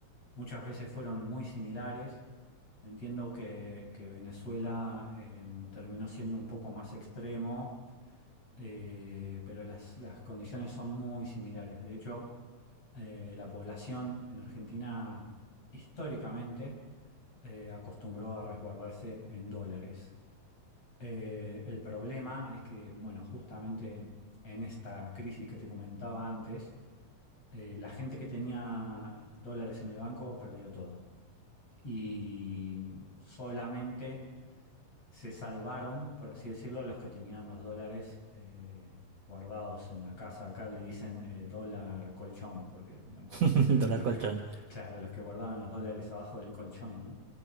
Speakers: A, on the left; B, on the right.
A: muchas veces fueron muy similares. Entiendo que, que Venezuela eh, terminó siendo un poco más extremo, eh, pero las, las condiciones son muy similares. De hecho, eh, la población en Argentina históricamente eh, acostumbró a resguardarse en dólares. Eh, el problema es que, bueno, justamente en esta crisis que te comentaba antes, eh, la gente que tenía dólares en el banco perdió todo. Y solamente se salvaron, por así decirlo, los que tenían los dólares eh, guardados en la casa. Acá le dicen eh, dólar colchón, porque, bueno,
B: <laughs>
A: dicen lo-
B: dólar
A: los
B: colchón.
A: que, claro, los que guardaban los dólares abajo del colchón, ¿no?